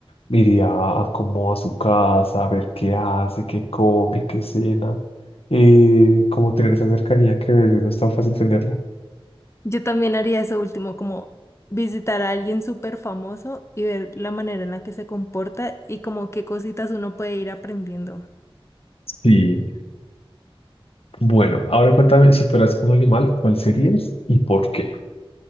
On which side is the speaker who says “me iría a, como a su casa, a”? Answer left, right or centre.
Left